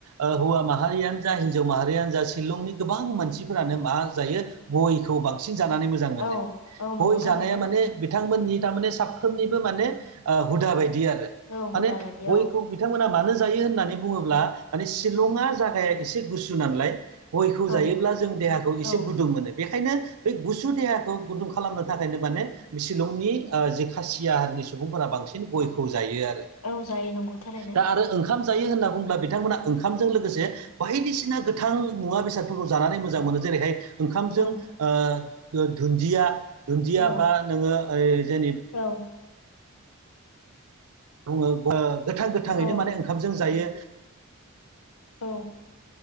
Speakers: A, on the right; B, on the left.
A: ओ हौवा माहारियानो जा हिनजाव माहारियानो जा शिलंनि गोबां मानसिफोरानो मा जायो। गयखौ बांसिन जानानै मोजां मोनो
B: औ औ नंगौ
A: गय जानाया
B: थारैनो
A: माने। बिथांमोननि थारमाने साफ्रोमनिबो माने ओ हुदा बायदि आरो
B: औ
A: माने
B: हुदा बायदि
A: गयखौ।
B: औ
A: बिथांमोना मानो जायो होननानै बुङोब्ला माने शिलंआ जागाया एसे गुसु नालाय। गयखौ जायोब्ला
B: औ
A: जों देहाखौ एसे
B: औ
A: गुदुं मोनो। बेखायनो बे गुसु देहाखौ गुदुं खालामनो थाखायनो माने शिलंनि ओ जे खासिया हारिनि सुबुंफोरा बांसिन गयखौ जायो आरो।
B: औ जायो नंगौ थारैनो।
A: दा आरो ओंखाम जायो होनना बुंब्ला बिथांमोना ओंखामजों लोगोसे। बायदिसिना गोथां मुवा बेसादफोरखौ जानानै मोजां मोनो जेरैहाय ओंखामजों
B: औ
A: ओ दुन्दिया दुन्दिया
B: औ
A: बा नोङो ओइ जेने
B: औ।
A: बुङो गोथां गोथाङैनो
B: औ
A: माने ओंखामजों जायो।
B: <inaudible> औ